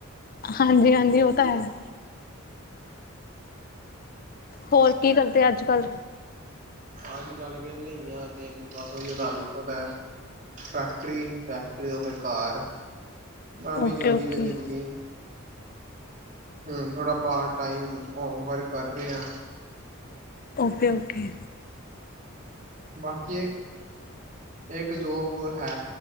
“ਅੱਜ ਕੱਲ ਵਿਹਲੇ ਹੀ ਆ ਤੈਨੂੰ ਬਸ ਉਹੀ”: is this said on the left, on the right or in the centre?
Right